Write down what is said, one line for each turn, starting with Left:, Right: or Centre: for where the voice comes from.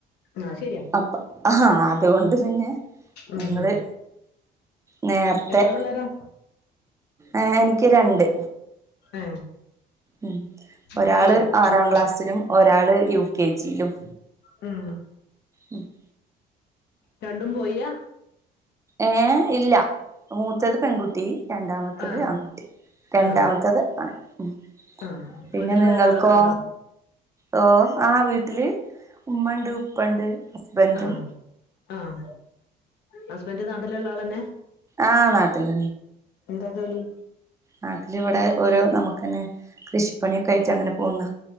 Left: ആ ശരിയാ
Right: അപ്പ ഹാ അ അതുകൊണ്ട് തന്നെ
Left: ഉം
Right: ഞങ്ങള് നേർത്തെ
Left: എത്ര പിള്ളേരാ
Right: ആ എനിക്ക് രണ്ട്
Left: ഏ
Right: ഉം ഒരാള്
Left: ബോയിയോ
Right: ആറാം
Left: ഗേളോ
Right: ക്ലാസ്സിലും ഒരാള് യു കെജിലും
Left: ഉം
Right: ഉം <inaudible>
Left: രണ്ടും പോയ്യാ
Right: ഏഹ ഇല്ല മൂത്തത് പെൺകുട്ടി രണ്ടാമത്തത്
Left: ആ
Right: ആൺകുട്ടി രണ്ടാമത്തത്
Left: ആ
Right: ആണ് ഉ
Left: ആ
Right: പിന്നെ
Left: വീട്ടില്
Right: നിങ്ങൾക്കോ
Left: വേറെ ആളൊക്കെ ഉണ്ടോ
Right: ഓ ആഹ് വീട്ടില് ഉമ്മ ഉണ്ട് ഉപ്പണ്ട് ഹസ്ബൻറും
Left: ആഹ് ആഹ് ഹസ്ബൻഡ് നാട്ടിലുള്ള ആളെതന്നെ
Right: ആഹ് നാട്ടില
Left: എന്താ ജോലി
Right: നാട്ടിൽ ഇവിടെ ഓരോ നമുക്ക്ന്നെ കൃഷിപ്പണി <unintelligible> പോന്ന്‌